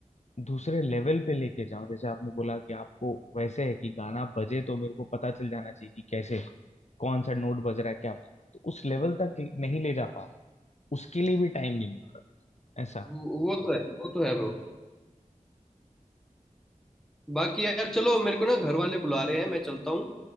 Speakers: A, on the left; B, in the centre.
A: दूसरे लेवल पे लेके जाऊं जैसे आपने बोला कि आपको वैसे है कि गाना बजे तो मेरे को पता चल जाना चाहिए कि कैसे कौन सा नोट बज रहा है क्या तो उस लेवल तक नहीं ले जा पा रहा उसके लिए भी टाइम नहीं मिल रहा ऐसा
B: वो वो तो है वो तो है ब्रो बाकी यार चलो मेरे को ना घर वाले बुला रहे हैं मैं चलता हूँ